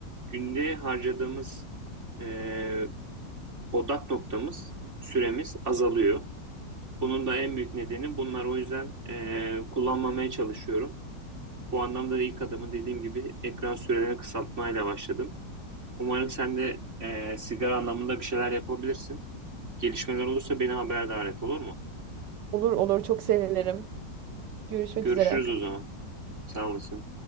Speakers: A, on the right; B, on the right.
A: günde harcadığımız eee, odak noktamız, süremiz azalıyor. Bunun da en büyük nedeni bunlar o yüzden eee, kullanmamaya çalışıyorum. Bu anlamda da ilk adımı dediğim gibi ekran sürelerini kısaltmayla başladım. Umarım sen de eee, sigara anlamında bir şeyler yapabilirsin. Gelişmeler olursa beni haberdar et olur mu?
B: Olur olur çok sevinirim. Görüşmek
A: Görüşürüz
B: üzere.
A: o zaman. Sağ olasın.